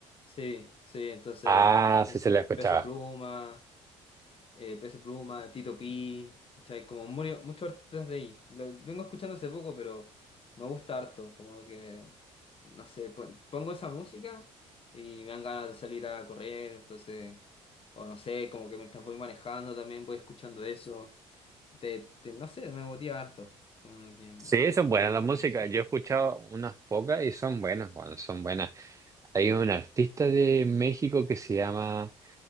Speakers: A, on the left; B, on the right.
A: Sí, sí, entonces
B: Ah,
A: Peso,
B: sí se la escuchaba.
A: Peso Pluma, eh, Peso Pluma, Tito Pi, ¿cachai? Como murio- muchos artistas de ahí. Lo vengo escuchando hace poco, pero me gusta harto. Como que, no sé, pon- pongo esa música y me dan ganas de salir a correr, entonces, o no sé, como que mientras voy manejando también voy escuchando eso. Te, te- no sé, me motiva harto. Como que mm,
B: Sí,
A: es
B: son
A: bu-
B: buenas
A: es muy
B: las
A: buena
B: músicas.
A: música.
B: Yo he escuchado unas pocas y son buenas, bueno, son buenas. Hay un artista de México que se llama